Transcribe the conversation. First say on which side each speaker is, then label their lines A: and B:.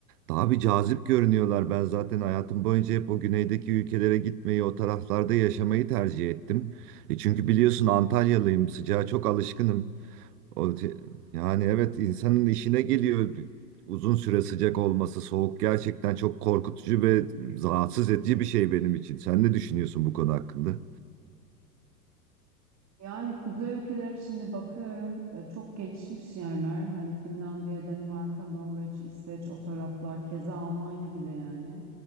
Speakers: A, on the right (about 65°); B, on the right (about 30°).
A: daha bir cazip görünüyorlar. Ben zaten hayatım boyunca hep o güneydeki ülkelere gitmeyi, o taraflarda yaşamayı tercih ettim. E çünkü biliyorsun Antalyalıyım, sıcağa çok alışkınım. O, te- yani evet insanın işine geliyor uzun süre sıcak olması, soğuk gerçekten çok korkutucu ve rahatsız edici bir şey benim için. Sen ne düşünüyorsun bu konu hakkında?
B: Yani kuzey ülkeleri şimdi bakıyorum e, çok gelişmiş yerler. Hani Finlandiya, Danimarka, Norveç, İsveç o taraflar keza Almanya bile yani.